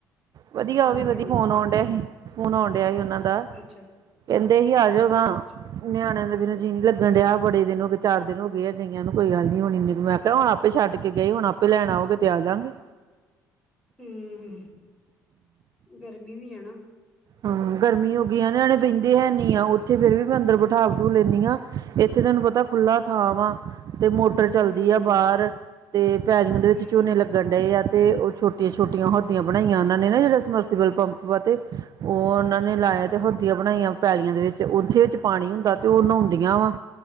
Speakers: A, on the right (about 50°); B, in the centre.
A: ਵਧੀਆ
B: ਹਾਂਜੀ
A: ਉਹ ਵੀ ਵਧੀਆ
B: ਹਾਂਜੀ
A: ਫੋਨ ਆਣ ਡ ਏ ਹੀ। ਫੋਨ ਆਉਣ ਡਿਆ ਉਹਨਾਂ ਦਾ
B: ਅੱਛਾ
A: ਕਹਿੰਦੇ ਹੀ ਆਜਾਗਾ
B: ਅੱਛਾ ਅੱਛਾ
A: ਨਿਆਣਿਆਂ ਦੇ ਮੇਰਾ ਜੀ ਨਹੀਂ ਲੱਗਣ ਡਿਆ ਬੜੇ ਦਿਨ ਹੋਏ ਚਾਰ ਦਿਨ ਹੋ ਗਏ ਆ ਗਈਆਂ ਨੂੰ ਕੋਈ ਗੱਲ ਨੀ ਮੈਂ ਕਿਹਾ ਹੁਣ ਆਪੇ ਛੱਡ ਗਈ ਹੁਣ ਆਪੇ ਲੈਣ ਆਓਗੇ ਤੇ ਆ ਜਾਗੇ।
B: ਹੂੰ ਗਰਮੀ ਵੀ ਆ ਨਾ।
A: ਹਾਂ ਗਰਮੀ ਹੋ ਗਈ ਆ ਨਿਆਣੇ
B: ਤਾਂ
A: ਬਹਿੰਦੇ ਨਹੀਂ ਆ ਇੱਥੇ ਫੇਰ ਵੀ ਮੈਂ ਅੰਦਰ ਬਿਠਾ ਬਠਾ ਲੈਂਣੀ ਹਾਂ ਇੱਥੇ ਤੈਨੂੰ ਪਤਾ ਖੁੱਲਾ ਥਾਂ ਵਾ ਤੇ ਮੋਟਰ
B: ਹੂੰ
A: ਚੱਲਦੀ ਆ ਬਾਹਰ ਤੇ ਪੈਲਗ ਦੇ ਵਿੱਚ
B: ਹੂੰ,
A: ਝੋਨੇ ਲੱਗਣ ਡਏ ਆ ਤੇ ਉਹ ਛੋਟੀਆਂ ਛੋਟੀਆਂ ਹੋਦੀਆਂ ਬਣਾਈਆਂ ਉਹਨਾਂ ਨੇ ਨਾ ਜਿਹੜਾ ਸਮਰਸੀਬਲ ਪੰਪ ਵਾ ਤੇ ਉਹ ਉਹਨਾਂ ਨੇ ਲਾਇਆ
B: ਅੱਛਾ
A: ਤੇ ਹੋਦੀਆਂ ਬਣਾਈਆਂ ਪੈਲੀਆਂ ਦੇ ਵਿੱਚ ਓਥੇ ਵਿੱਚ ਪਾਣੀ ਹੁੰਦਾ ਤੇ ਉਹ ਨਹੋਉਂਦੀਆਂ ਵਾ